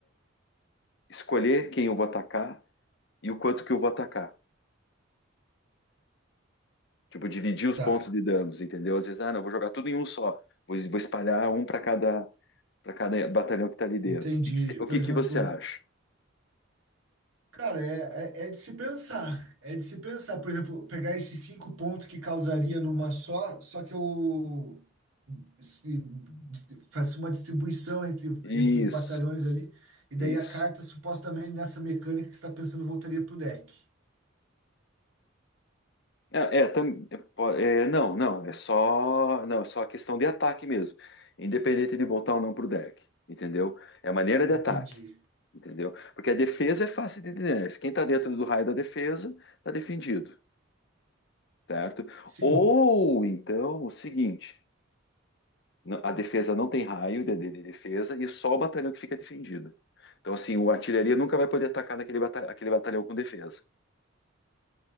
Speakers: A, on the left (about 55°); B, on the right (about 80°).
A: escolher quem eu vou atacar e o quanto que eu vou atacar. Tipo, dividir os
B: Tá,
A: pontos de danos, entendeu? Às vezes, ah, não, vou jogar tudo em um só. Vou, vou espalhar um para cada, para cada batalhão que está ali dentro.
B: entendi.
A: O que, que, o
B: Por
A: que
B: exemplo.
A: que você acha?
B: Cara, é, é, é de se pensar. É de se pensar. Por exemplo, pegar esses cinco pontos que causaria numa só, só que eu se- faço uma distribuição entre, entre
A: Isso,
B: os batalhões ali, e daí
A: isso.
B: a carta supostamente nessa mecânica que você está pensando voltaria pro deck.
A: É, é, tam- é, po- é, não, não, é só, não, é só a questão de ataque mesmo, independente de voltar ou não pro deck, entendeu? É a maneira de
B: Entendi.
A: ataque, entendeu? Porque a defesa é fácil de entender. Quem tá dentro do raio da defesa tá defendido, certo?
B: Sim,
A: Ou então o seguinte, n- a defesa não tem raio de, de- de defesa e só o batalhão que fica defendido. Então assim, o artilharia nunca vai poder atacar naquele bata- aquele batalhão com defesa.